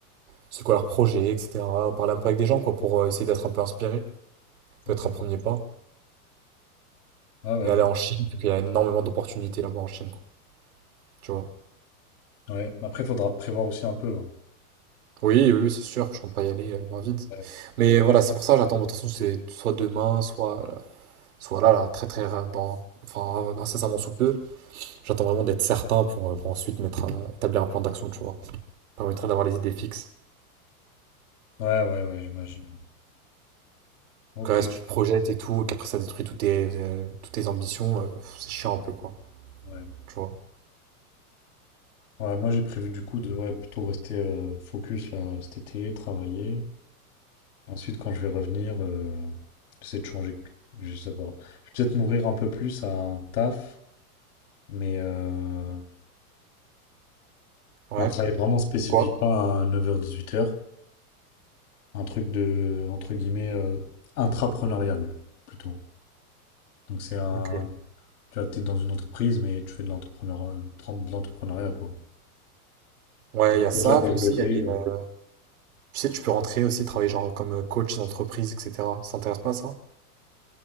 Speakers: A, on the right; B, on the left.
A: c'est quoi leur projet, etc. Parler un peu avec des gens, quoi, pour euh, essayer d'être un peu inspiré. Peut-être
B: ok.
A: un premier pas.
B: Ah ouais,
A: et aller
B: je vois.
A: en Chine, parce qu'il y a énormément d'opportunités là-bas en Chine, quoi. Tu vois.
B: Ouais. Après, faudra prévoir aussi un peu. hein.
A: Oui, oui, oui, c'est sûr, je compte pas y aller euh, les mains vides.
B: Ouais,
A: Mais voilà, c'est pour ça, j'attends. Bon, de toute façon, c'est soit demain, soit, soit là, là, très, très, ra- dans, enfin, euh, incessamment sous peu. J'attends vraiment d'être certain pour, euh, pour ensuite mettre, un- établir un plan d'action, tu vois. Ça permettrait d'avoir les idées fixes.
B: ouais, ouais, ouais, j'imagine. ouais. Ok,
A: Quand reste, tu te projettes et tout, et qu'après ça détruit toutes tes, euh, toutes tes ambitions, euh, pff, c'est chiant un peu, quoi.
B: ouais.
A: Tu vois.
B: Ouais, moi j'ai prévu du coup de ouais, plutôt rester euh, focus là cet été, travailler. Ensuite, quand je vais revenir, euh, j'essaie de changer. Je sais pas. Je vais peut-être m'ouvrir un peu plus à un taf, mais euh,
A: Ouais.
B: un travail vraiment spécifique,
A: Quoi?
B: pas un 9h-18h. Un truc de, entre guillemets, euh, intrapreneurial, plutôt. Donc, c'est un.
A: Ok.
B: Tu vois, t'es dans une entreprise, mais tu fais de l'entrepreneur, de l'entrepreneuriat, quoi.
A: Ouais,
B: T'as un
A: il
B: projet
A: y a ça,
B: à développer.
A: puis aussi, il y a les,
B: euh.
A: euh, Tu sais, tu peux rentrer aussi, travailler genre comme euh, coach d'entreprise, etc. Ça t'intéresse pas ça?